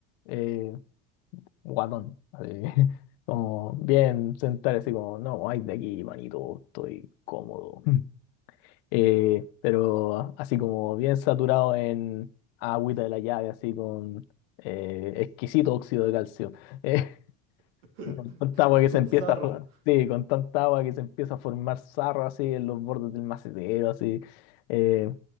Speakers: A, on the left (about 70°); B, on the right (about 80°).
A: eh, guatón, así, <laughs> como bien sentado, así como, no, ay, de aquí, manito, estoy cómodo. Mm. Eh, pero así como bien saturado en agüita de la llave, así con eh, exquisito óxido de calcio. <laughs>
B: <laughs>
A: Con tanta agua que
B: Con
A: se empieza
B: sarro.
A: a, for- sí, con tanta agua que se empieza a formar sarro así en los bordes del macetero, así. eh,